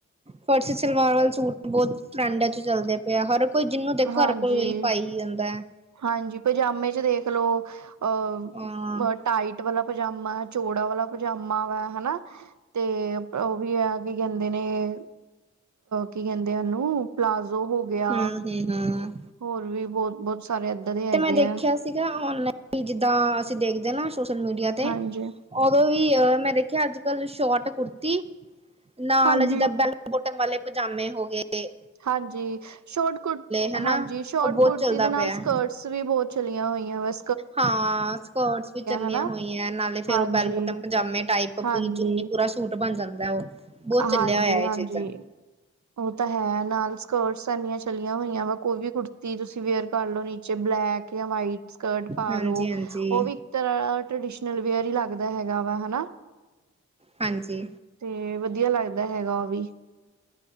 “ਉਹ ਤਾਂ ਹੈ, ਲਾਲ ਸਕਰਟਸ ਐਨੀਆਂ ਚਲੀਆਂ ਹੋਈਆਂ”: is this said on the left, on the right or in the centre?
Right